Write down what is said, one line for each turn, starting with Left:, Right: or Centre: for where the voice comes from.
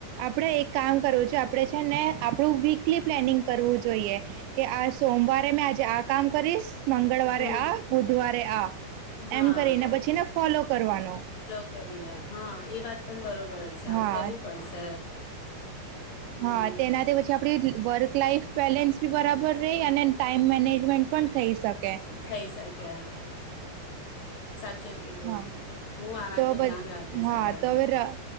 Right: આપડે એક કામ કરું છે. આપણેે છે ને આપણું વીકલી પ્લેનિંગ કરવું જોઈએ કે આ સોમવારે મેં આજે આ કામ કરીશ મંગળવારે
Left: હમ
Right: આ, બુધવારે આ,
Left: હા
Right: એમ કરીને પછીને ફોલો કરવાનો.
Left: <unintelligible> હા એ વાત પણ બરોબર છે આવું
Right: હા
Left: કરવું પડશે હમ
Right: હા તેના <unintelligible> પછી આપડી વર્ષ લાાઈફ બેલેન્સ બી બરાબર રેય અને ટાઈમ મેનેજમેન્ટ પણ થઈ શકે.
Left: થઇ શકે. સાચું કીધું
Right: હા
Left: હું આ વાતનું
Right: તો
Left: ધ્યાન રાખીશ
Right: હા
Left: હવે
Right: તો અવે ર